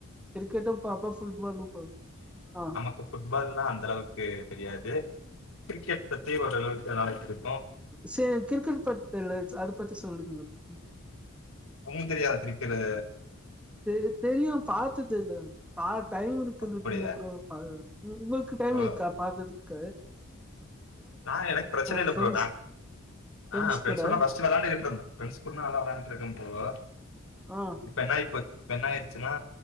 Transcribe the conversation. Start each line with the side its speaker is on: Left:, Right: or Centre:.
Centre: கிரிக்கெட்டு பாப்ப ஃபுட்பாலு பாப் ஆ
Left: ஃபுட்பால்னா அந்த அளவுக்கு தெரியாது கிரிக்கெட் பத்தி ஓரளவுக்கு நாலேஜ் இருக்கு
Centre: சேரி கிரிக்கெட் பத் தெல அத பத்தி சொல்லுங்க ப்ரோ
Left: ஒன்னுந் தெரியாது க்ரிக்கரு
Centre: தெ தெரியு பாத்ததில்ல பா டைம் இருக்ய்குது
Left: அப்படியா?
Centre: இல்ல ஃப்ரோ அப்றோ உங்களுக்கு டைம்
Left: ஓ!
Centre: இருக்கா பாக்கத்துக்க
Left: நா எனக்கு பிரச்சன இல்லே
Centre: ஃப்ரெண்ட்ஸ்
Left: ஃப்ரோ நா
Centre: ஃப்ரெண்ட்ஸ்
Left: ஆ ஃபிரண்ட்ஸ்
Centre: கூட
Left: கூடெல்லா ஃபஸ்ட் விளாண்டுகிட்டு இருந்த ஃபிரண்ட்ஸ் கூடலா நல்லா விளான்டான்டு இருக்கே ஃப்ரோ
Centre: ஆ
Left: இப்ப என்னாயி போச் இப்ந என்னாயிருச்சுன்னா